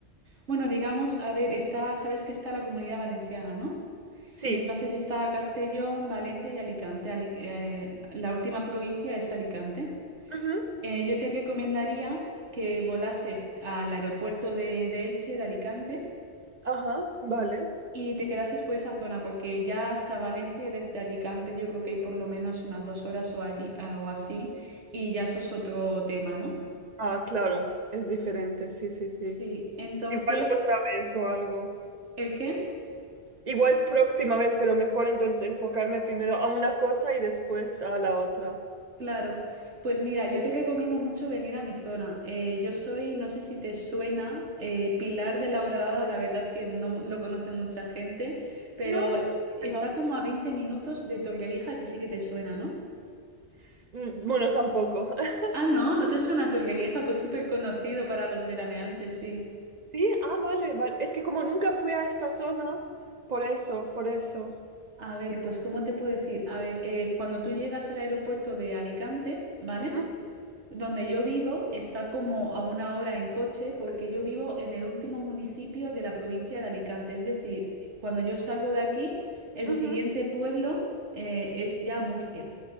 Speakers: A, on the right (about 90°); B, on the right (about 45°).
A: Bueno, digamos, a ver, está, sabes que está la Comunidad Valenciana, ¿no?
B: Sí.
A: Y entonces está Castellón, Valencia y Alicante. Ali- eh, la última provincia es Alicante.
B: Ujú.
A: Eh, yo te recomendaría que volases al aeropuerto de, de Elche, de Alicante,
B: Ajá, vale.
A: y te quedases por esa zona, porque ya hasta Valencia, desde Alicante, yo creo que hay por lo menos unas dos horas o, allí, ah, o así, y ya eso es otro tema, ¿no?
B: Ah, claro, es diferente, sí, sí, sí.
A: Sí, entonces,
B: Igual otra vez o algo.
A: ¿el qué?
B: Igual próxima vez, pero mejor entonces enfocarme primero a una cosa y después a la otra.
A: Claro, pues mira, yo te recomiendo mucho venir a mi zona. Eh, yo soy, no sé si te suena, eh, Pilar de la Horadada, la verdad es que no lo conoce mucha gente, pero
B: No, no,
A: está
B: no.
A: como a 20 minutos de Torrevieja, que sí que te suena, ¿no?
B: S- mm, Bueno, tampoco. <laughs>
A: Ah, no, ¿no te suena Torrevieja? Pues súper conocido para los veraneantes, sí.
B: Sí, ah, vale, vale. Es que como nunca fui a esta zona, por eso, por eso.
A: A ver, pues ¿cómo te puedo decir? A ver, eh, cuando tú llegas al aeropuerto de Alicante, ¿vale?
B: Mm,
A: Donde yo vivo está como a una hora en coche porque yo vivo en el último municipio de la provincia de Alicante. Es decir, cuando yo salgo de aquí, el
B: ujú.
A: siguiente pueblo eh, es ya Murcia.